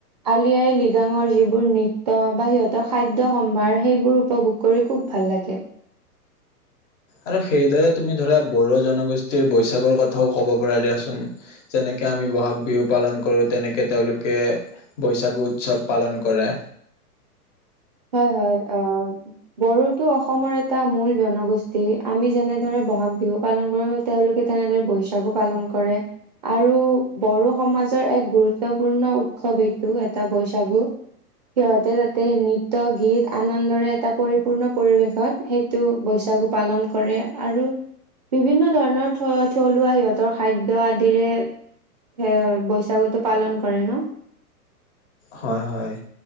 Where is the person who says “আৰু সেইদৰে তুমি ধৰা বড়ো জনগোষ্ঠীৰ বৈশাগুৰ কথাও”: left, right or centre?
Left